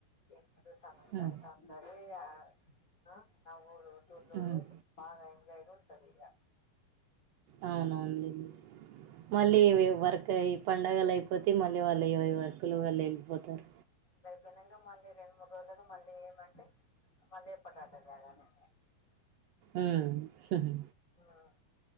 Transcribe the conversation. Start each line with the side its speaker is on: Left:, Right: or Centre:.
Left: దేని ఇల్లు సందడి
Right: హ్మ్.
Left: సందడి ఆ ఆ నవ్వుడు తుళ్ళుడు
Right: హ్మ్.
Left: బాగా ఎంజాయ్ గా ఉంటది ఇగ
Right: అవునవునోన్లీ మళ్లీ ఈవి ఈవి వర్క్ ఈ పండుగలేయిపోతే మళ్లీ వాళ్లు అయ్యే అయ్యే వర్క్ స్కూల్ లో వాళ్లు లేళ్ళిపోతారు
Left: బలంగా మళ్లీ రెండు మూడు రోజులకి మళ్లీ ఏమంటే మళ్లీ ఏపాటాట రాగానే
Right: ఉమ్మ్ ఉహూ
Left: ఉమ్మ్